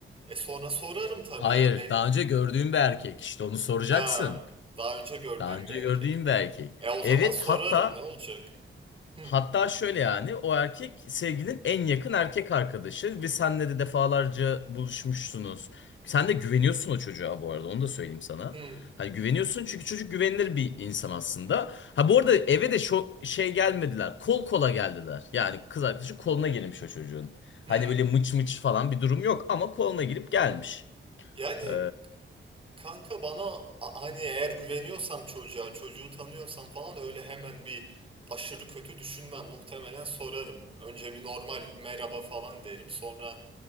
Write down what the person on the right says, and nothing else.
E sonra sorarım tabii.
Ha, bel
ha, daha önce gördüğüm
bir erkek.
E o zaman
sorarım
ne olacak? Hı.
Hı.
Hı.
Yani
Kanka bana a- hani eğer güveniyorsam çocuğa, çocuğu tanıyorsam falan öyle hemen bir aşırı kötü düşünmem. Muhtemelen sorarım. Önce bir normal merhaba falan derim. Sonra